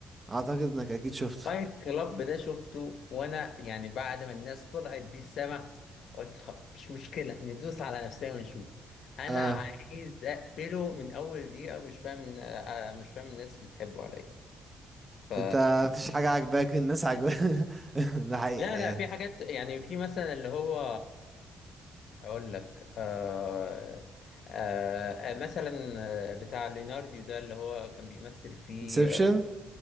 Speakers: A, on the right; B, on the left.
A: اعتقد انك اكيد شفته
B: فايت كلاب ده شفته وانا يعني بعد ما الناس طلعت بيه السما قلت خ- مش مشكله ندوس على نفسنا ونشوف انا
A: اه
B: عايز اقفله من اول دقيقه مش فاهم آه، مش فاهم الناس بتحبه على ايه ف
A: انت مفيش حاجة عجباك الناس عجباك <laughs> ده حقيقة
B: لا
A: يعني
B: لا في حاجات يعني في مثلا اللي هو اقول لك آه آه آه، مثلا آه، بتاع ليناردو ده اللي هو كان بيمثل فيه
A: انسبشن